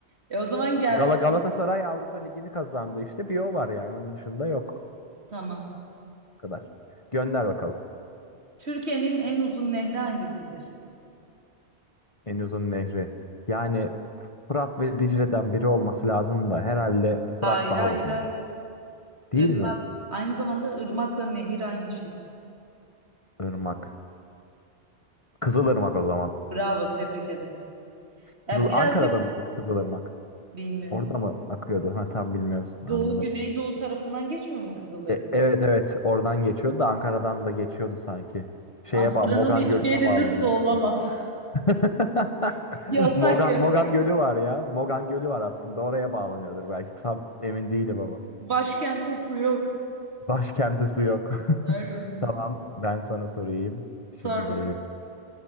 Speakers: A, on the right; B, on the left.
A: E o zaman
B: <laughs>
A: gelsin.
B: Gala Galatasaray Avrupa Ligi'ni kazandı işte bir o var yani onun dışında yok
A: Tamam.
B: Bu kadar. Gönder bakalım.
A: Türkiye'nin en uzun nehri hangisidir?
B: En uzun nehri. Yani Fırat ve Dicle'den biri olması lazım da herhalde Fırat
A: Hayır
B: daha
A: hayır
B: uzundu.
A: hayır. Irmak.
B: Değil mi?
A: Aynı zamanda ırmakla nehir aynı şey.
B: Irmak. Kızılırmak o zaman.
A: Bravo, tebrik ederim.
B: Kızıl
A: Ya birazcık
B: Ankara'da mıydık Kızılırmak?
A: bilmiyorum.
B: Orada mı akıyordu? Ha tam bilmiyoruz.
A: Doğu,
B: Anladım.
A: Güneydoğu tarafından geçmiyor mu Kızılırmak?
B: E, evet evet oradan geçiyordu da Ankara'dan da geçiyordu sanki. Şeye
A: Ankara'nın
B: bağ Mogan
A: hiçbir
B: Gölü'ne
A: yerinde
B: bağlanıyor
A: su olamaz.
B: hatta. <laughs>
A: <laughs> Yasak
B: Mogan
A: yasak.
B: Mogan Gölü var ya. Mogan Gölü var aslında. Oraya bağlanıyordur belki. Tam emin değilim ama.
A: Başkente su yok.
B: Başkenti su yok.
A: Harbiden.
B: <laughs> Tamam, ben sana sorayım.
A: Sor
B: Şimdi
A: bakalım.